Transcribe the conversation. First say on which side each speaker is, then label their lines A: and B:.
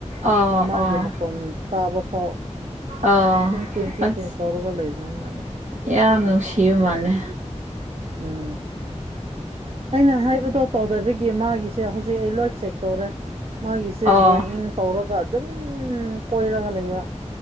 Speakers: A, on the right (about 80°); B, on the right (about 55°).
A: ꯑꯣ
B: ꯃꯃꯥꯒꯤ
A: ꯑꯣ
B: ꯃꯀꯣꯟ ꯇꯥꯕ ꯐꯥꯎ
A: ꯑꯣ
B: ꯇꯤꯟ ꯇꯤꯟ ꯇꯤꯟ
A: ꯑꯁ
B: ꯇꯤꯟ ꯀꯧꯔꯒ ꯂꯣꯏꯕꯅꯦ ꯃꯥꯗꯤ
A: ꯌꯥꯝ ꯅꯨꯡꯁꯤꯕ ꯃꯥꯜꯂꯦ
B: ꯎꯝ ꯑꯩꯅ ꯍꯥꯏꯕꯗꯣ ꯇꯧꯗꯕꯤꯒꯤ ꯃꯥꯒꯤꯁꯦ ꯍꯧꯖꯤꯛ ꯑꯩ ꯂꯣꯏ ꯆꯦꯛ ꯇꯧꯔꯦ ꯃꯥꯒꯤꯁꯦ
A: ꯑꯣ
B: ꯖꯣꯏꯅꯤꯡ ꯇꯧꯔꯒ ꯑꯗꯨꯝ ꯀꯣꯏꯔꯒ ꯂꯩꯕ